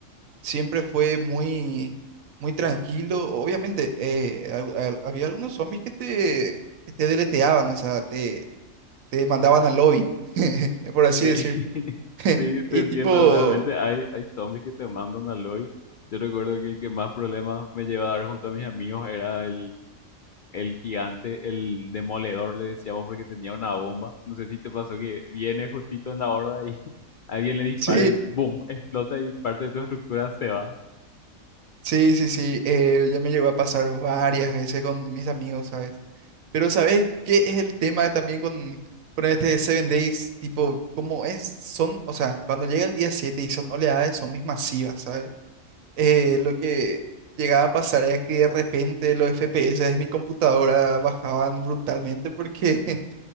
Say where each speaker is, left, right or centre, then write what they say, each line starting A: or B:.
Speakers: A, on the right; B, on the left.
A: siempre fue muy, muy tranquilo. Obviamente, eh, al- al- había algunos zombies que te, que te deleteaban, o sea, te, te mandaban al lobby, <laughs> por así
B: Sí,
A: decir.
B: <laughs> sí, te
A: Y
B: entiendo.
A: tipo,
B: Realmente hay, hay zombies que te mandan al hoy. Yo recuerdo que el que más problemas me llevaba a dar junto a mis amigos era el, el gigante, el demoledor, le decíamos porque tenía una bomba. No sé si te pasó que viene justito en la horda y <laughs> alguien le dispara
A: sí,
B: y ¡boom! explota y parte de tu estructura se va.
A: sí, sí, sí, eh, ya me llegó a pasar varias veces con mis amigos, ¿sabes? Pero ¿sabes qué es el tema también con, con este Seven Days? Tipo, como es, son, o sea, cuando llega el día 7 y son oleadas de zombies masivas, ¿sabes? eh, lo que llegaba a pasar era que de repente los FPS de mi computadora bajaban brutalmente porque <laughs>